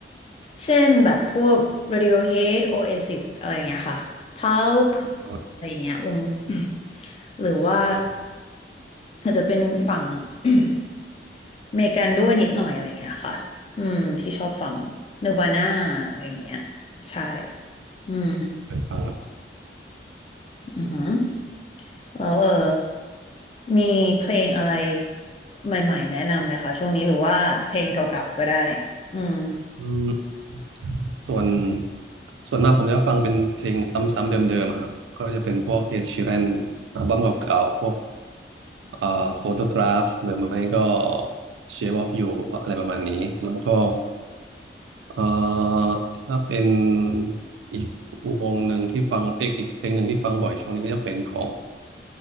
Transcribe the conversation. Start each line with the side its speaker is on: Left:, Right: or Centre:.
Left: เช่นแบบพวก Radiohead Oasis อะไรอย่างเงี้ยค่ะ Pulp
Right: อ
Left: อะไรอย่างเงี้ยวง <clears throat> หรือว่า
Right: ืม
Left: อาจจะเป็นฝั่ง <clears throat> อเมริกันด้วยนิดหน่อยอะไรอย่างเงี้ยค่ะอืมที่ชอบฟัง Nirvana อะไรอย่างเงี้ยใช่อืม
Right: เคยฟังไหม
Left: อือหือแล้วเออมีเพลงอะไรใหม่ๆแนะนำไหมคะช่วงนี้หรือว่าเพลงเก่าๆก็ได้อืม
Right: อืมส่วนส่วนมากผมจะฟังเป็นเพลงซ้ำๆเดิมๆอะครับก็จะเป็นพวก Ed Sheeran อัลบั้มเก่าๆพวก เอ่อโฟโตกราฟหรือไม่ก็ Shape of You อะไรประมาณนี้แล้วก็เอ่อถ้าเป็นอีกวงหนึ่งที่ฟังเอกอีกเพลงหนึ่งที่ฟังบ่อยช่วงนี้ก็จะเป็นของ